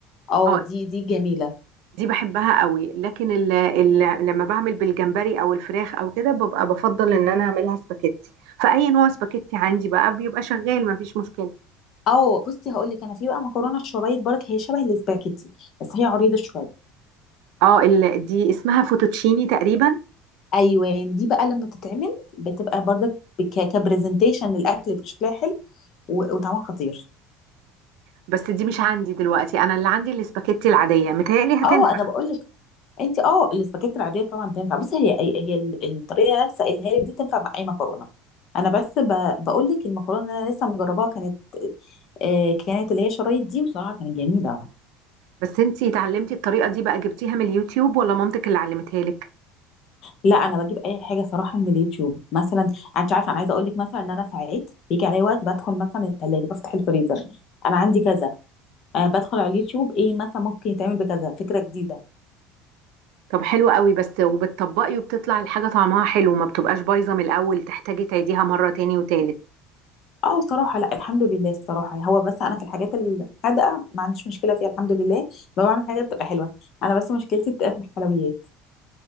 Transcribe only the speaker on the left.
اه
دي دي جميله
اه بصي هقول لك انا في بقى مكرونه شرايط برك هي شبه الاسباجيتي بس هي عريضه شويه
ايوه دي بقى لما بتتعمل بتبقى برضك كبرزنتيشن للاكل بتبقى شكلها حلو و- وطعمها خطير
اه انا بقول لك انت اه الاسباجيتي العاديه طبعا تنفع بصي هي هي ال- الطريقه اللي انا لسه قايلها لك دي تنفع مع اي مكرونه انا بس ب... بقول لك المكرونه اللي انا لسه مجرباها كانت آه، كانت اللي هي شرايط دي وصراحه كانت جميله
لا انا بجيب اي حاجه صراحه من اليوتيوب مثلا انت عارفه انا عايزه اقول لك مثلا ان انا ساعات بيجي عليا وقت بدخل مثلا الثلاجه بفتح الفريزر انا عندي كذا أه بدخل على اليوتيوب ايه مثلا ممكن يتعمل بكذا فكره جديده
اه صراحه لا الحمد لله الصراحه هو بس انا في الحاجات الحادقه ما عنديش مشكله فيها الحمد لله ما بعمل حاجه بتبقى حلوه انا بس مشكلتي بتبقى في الحلويات